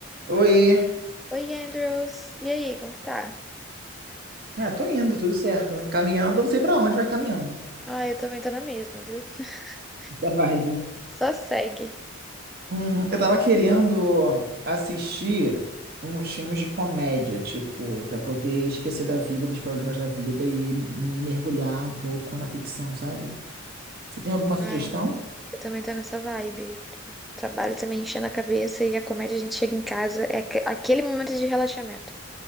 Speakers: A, on the right; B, in the centre.
A: Oi.
B: Oi, Andrews. E aí, como que tá?
A: Ah, tô indo, tudo certo. Caminhando, não sei pra onde, mas caminhando.
B: Ah, eu também tô na mesma, viu? <laughs>
A: Essa vibe.
B: Só segue.
A: Uhum. Eu tava querendo assistir uns filmes de comédia, tipo, pra poder esquecer da vida, dos problemas da vida e me mergulhar um pouco na ficção, sabe? Você tem alguma sugestão?
B: Ai, eu também tô nessa vibe. Trabalho também enchendo a cabeça e a comédia a gente chega em casa, é aque- aquele momento de relaxamento.